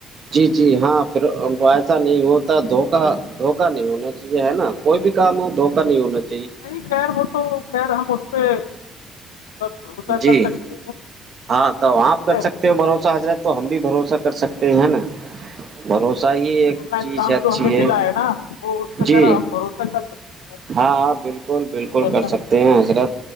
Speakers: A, on the right (about 50°); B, on the left (about 85°).
A: جی جی ہاں پھر ایسا نہیں ہو دھوکا دھوکا نہیں ہونا چاہیے نا کوئی بھی کام ہو دوکا نہیں ہونا چاہے
B: نہیں خیر وہ تو خیر ہم اس پہ بھروسہ
A: جی
B: کر سکتے ہیں ٹھیک
A: ہاں تو آپ کر
B: ہے
A: سکتے ہو بھروسہ حضرت تو ہم بھی بھروسہ کر سکتے ت ہے نا <unintelligible> بھروسہ ہی ایک
B: آن لائن
A: چیز
B: کام
A: ہے اچھی
B: جو ہمیں ملا
A: ہے
B: نا وہ اس پہ
A: جی
B: خیر ہم بھروسہ کر سکتے ہیں
A: ہاں ہ بالکل بالکل
B: ماشاء اللہ
A: کر سکتے جی حضرت